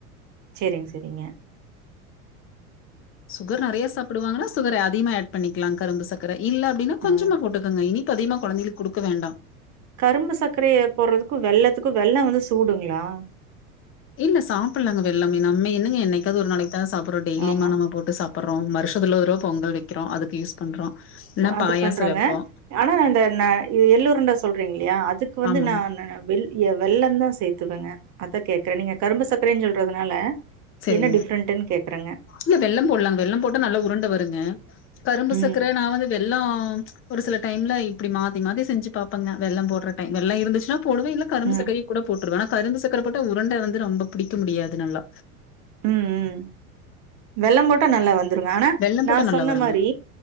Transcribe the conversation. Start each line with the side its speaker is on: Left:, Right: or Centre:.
Right: சேரிங்க செரிங்க
Left: சுகர் நறையா சாப்டுவாங்கனா சுகர் ஏட் அதிமா ஏட் பண்ணிக்லாங் கரும்பு சக்கரை இல்ல அப்டின்னா கொஞ்சமா
Right: ஆ
Left: போட்டுக்கங்க இனி ப்பு அதிகமா கொழந்தைளுக் குடுக்க வேண்டாம்
Right: கரும்பு சக்கரைய போட்றதுக்கூ வெல்லத்துக் கு வெல்லோ வந்து சூடுங்களா
Left: இல்ல சாப்பல்லாங்க வெல்லமே நம்ம என்னங்க என்னைக்காவ்து ஒரு நாளைக்கு தான சாப்பறோ டெய்லிமா
Right: ஆமா
Left: நம்ம போட்டு சாப் ப்பர்றோ வருஷத்துல ஒருதடவ பொங்கல் வெக்றோ அதுக்கு யூஸ் பண்றோ இல்லனா
Right: அது
Left: பாயாச
Right: பண்றோங்க
Left: வைப்போ
Right: ஆனா இந்த ந எள்ளுரண்ட சொல்றீங்க இல்யா அதுக்கு வந்து
Left: ஆமாங்க
Right: நானு வெல் ய வெல்லந் தா சேத்துவங்க அத்தா கேக்கறே நீங்க கரும்பு சக்கரேன் சொல்றதுனால
Left: சரிங்க
Right: என்ன டிஃப்ரெண்ட்டுன்னு கேக்குறேங்க
Left: இல்ல வெல்லம் போல்லாங்க வெல்லம் போட்டா நல்லா உருண்ட வருங்க கரும்பு
Right: ம்
Left: சக்கர நா வந்து வெல்லம் ப்ச் ஒரு சில டைம்ல இப்டி மாத்தி மாத்தி செஞ்சு பாப்பங்க வெல்லம் போட்ற டைம்‌ வெல்லோ இருந்துச்சுனா போடுவே இல்ல கரும்பு
Right: ம்
Left: சக்கரைய கூட போட்ருவே அனா கரும்பு சக்கர போட்டா உருண்ட வந்து ரொம்ப பிடிக்க முடியாது நல்லா
Right: உம் உம் வெல்லம் போட்டா நல்லா வர் வந்துருங்க ஆனா
Left: வெல்லம்
Right: நா
Left: போட்டா நல்லா
Right: சொன்ன
Left: வருங்க
Right: மாரி